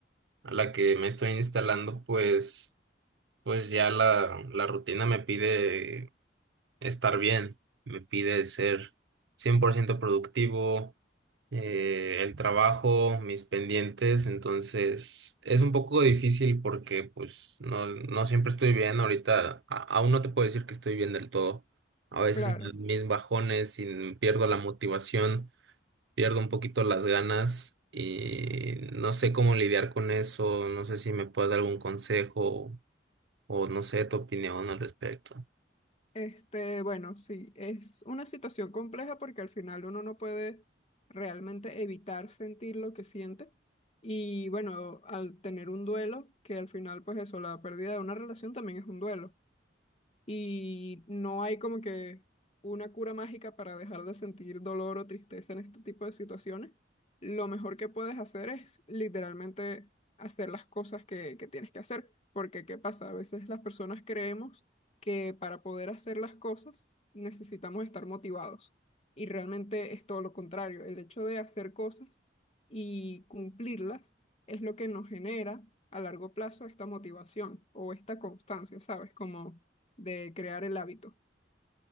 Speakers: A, on the right; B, on the left.
A: a la que me estoy instalando, pues, pues ya la, la rutina me pide estar bien, me pide ser 100% productivo, eh, el trabajo, mis pendientes, entonces es un poco difícil porque pues no, no siempre estoy bien, ahorita a- aún no te puedo decir que estoy bien del todo, a veces
B: Claro.
A: me dan mis bajones y pierdo la motivación pierdo un poquito las ganas y no sé cómo lidiar con eso, no sé si me puedes dar algún consejo o no sé tu opinión al respecto.
B: Este, bueno, sí, es una situación compleja porque al final uno no puede realmente evitar sentir lo que siente. Y bueno, al tener un duelo, que al final, pues eso, la pérdida de una relación también es un duelo. y no hay como que una cura mágica para dejar de sentir dolor o tristeza en este tipo de situaciones, lo mejor que puedes hacer es literalmente hacer las cosas que, que tienes que hacer. Porque, ¿qué pasa? A veces las personas creemos que para poder hacer las cosas necesitamos estar motivados. Y realmente es todo lo contrario. El hecho de hacer cosas y cumplirlas es lo que nos genera a largo plazo esta motivación o esta constancia, ¿sabes? Como de crear el hábito.